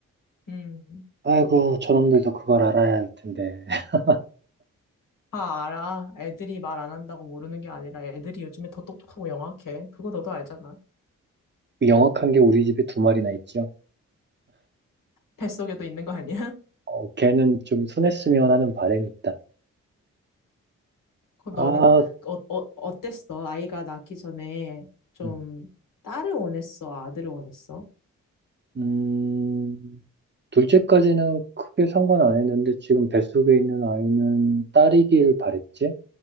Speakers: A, on the left; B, on the right.
A: 음.
B: 아이고, 저놈들도 그걸 알아야 할 텐데. <laughs>
A: 다 알아. 애들이 말 안 한다고 모르는 게 아니라 애들이 요즘에 더 똑똑하고 영악해. 그거 너도 알잖아.
B: 그 영악한 게 우리 집에 두 마리나 있죠.
A: 뱃속에도 있는 거 아니야?
B: 어, 걔는 좀 순했으면 하는 바람이 있다.
A: 그럼
B: 아,
A: 너는 어, 어, 어땠어? 아이가 낳기 전에 좀
B: 음,
A: 딸을 원했어? 아들을 원했어?
B: 음, 둘째까지는 크게 상관 안 했는데 지금 뱃속에 있는 아이는 딸이길 바랬지?